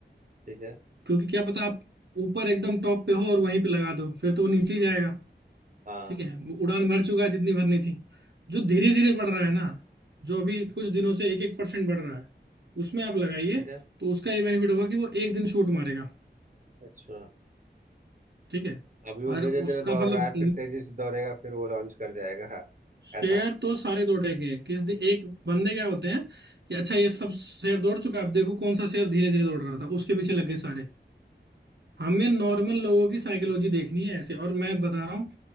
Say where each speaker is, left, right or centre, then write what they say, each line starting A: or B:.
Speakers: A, on the right; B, on the right.
A: ठीक है
B: क्योंकि क्या पता आप ऊपर एकदम टॉप पे हो और वहीं पे लगा दो फिर तो वो नीचे ही जाएगा
A: हाँ
B: ठीक है वो उड़ान भर चुका है जितनी भरनी थी जो धीरे धीरे बढ़ रहा है ना जो अभी कुछ दिनों से एक एक परसेंट बढ़ रहा है उसमें आप लगाइए
A: ठीक है
B: तो उसका ये बेनिफिट होगा कि वो एक दिन शूट मारेगा
A: अच्छा
B: ठीक है
A: अभी वो
B: और
A: धीरे
B: उसका
A: धीरे दौड़
B: मतलब
A: रहा है फिर तेजी से दौड़ेगा फिर वो लॉन्च कर जाएगा
B: शेयर
A: ऐसा
B: तो सारे दौड़ेंगे किस दिन एक बंदे क्या होते हैं कि अच्छा ये सब शेयर दौड़ चुका है अब देखो कौन सा शेयर धीरे धीरे दौड़ रहा था उसके पीछे लग गए सारे हमें नॉर्मल लोगों की साइकोलॉजी देखनी है ऐसे और मैं बता रहा हूँ